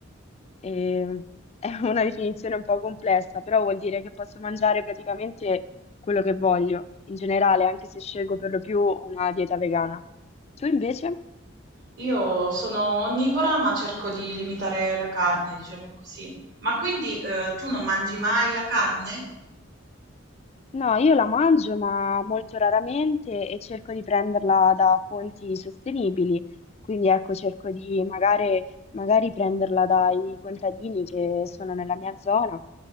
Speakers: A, on the left; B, on the right.
A: e- è una definizione un po' complessa, però vuol dire che posso mangiare praticamente quello che voglio, in generale, anche se scelgo per lo più una dieta vegana. Tu invece?
B: Io sono onnivora, ma cerco di limitare la carne, diciamo così. Ma quindi eh, tu non mangi mai la carne?
A: No, io la mangio, ma molto raramente e cerco di prenderla da fonti sostenibili. Quindi ecco, cerco di magari, magari prenderla dai contadini che sono nella mia zona.